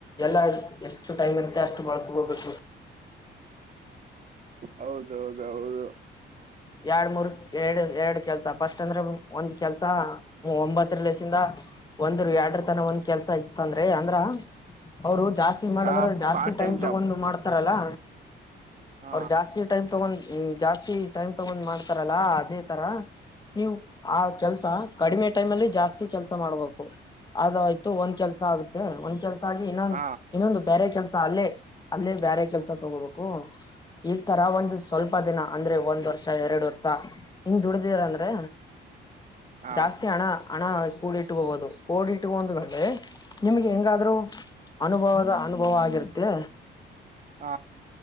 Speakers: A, on the left; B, on the right.
A: ಎಲ್ಲ ಎಷ್ಟ್ ಟು ಟೈಮ್ ಇರುತ್ತೆ ಅಷ್ಟು ಬಳಸ್ಕೋಬೇಕು.
B: ಹೌದೌದೌದು.
A: ಎರ್ಡ್ ಮೂರ್ ಎರ್ಡ್ ಎರ್ಡ್ ಕೆಲ್ಸ ಫಸ್ಟ್ ಅಂದ್ರೆ ಒಂದ್ ಕೆಲ್ಸ ಒಂಬತ್ತರ್ ಲೇಸಿಂದ ಅ ಒಂದರು ಎರ್ಡ್ರು ತನ ಒಂದ್ ಕೆಲಸ ಇತ್ತಂದ್ರೆ ಅಂದ್ರ ಅವ್ರು ಜಾಸ್ತಿ ಮಾಡದ್ರ
B: ಆ
A: ಜಾಸ್ತಿ
B: ಪಾರ್ಟ್
A: ಟೈಮ್
B: ಜಾಬ್
A: ತಗೊಂಡು ಮಾಡ್ತಾರಲ್ಲಾ
B: ಹಾ
A: ಅವ್ರ್ ಜಾಸ್ತಿ ಟೈಮ್ ತಗೊಂಡ್ ಜಾಸ್ತಿ ಟೈಮ್ ತಗೊಂಡ್ ಮಾಡ್ತಾರಲ್ಲಾ ಅದೇ ತರ ನೀವ್ ಆ ಕೆಲ್ಸ ಕಡಿಮೆ ಟೈಮ್ ಅಲ್ಲಿ ಜಾಸ್ತಿ ಕೆಲ್ಸ ಮಾಡ್ಬೇಕು. ಅದು ಆಯ್ತು ಒಂದ್ ಕೆಲಸ ಆಗುತ್ತೆ ಒಂದ್ ಕೆಲ್ ಸ ಆಗಿ ಇನ್ನೊಂದ್
B: ಹಾ
A: ಇನ್ನೊಂದು ಬೇರೆ ಕೆಲ್ಸ್ ಸ ಅಲ್ಲೇ ಅಲ್ಲೇ ಬೇರೆ ಕೆಲಸ ತಗೋಬೇಕು ಈ ತರ ಒಂದು ಸ್ವಲ್ಪ ದಿನ ಅಂದ್ರೆ ಒಂದ್ ದ್ ವರ್ಷ ಎರ್ಡ್ ವರ್ಷ ಹಿಂಗ್ ದುಡ್ದೀರ್ ಅಂದ್ರೆ
B: ಹಾ
A: ಜಾಸ್ತಿ ಹಣ ಹಣ ಕೂಡಿಟ್ಕೋಬೋದು ಕೂಡಿಟ್ಕೊಂಡ್ಮೇಲೆ ನಿಮ್ಗ್ ಹೆಂಗಾದ್ರು ಅನುಭವದ ಅನುಭವ ಆಗಿರುತ್ತೆ
B: ಆ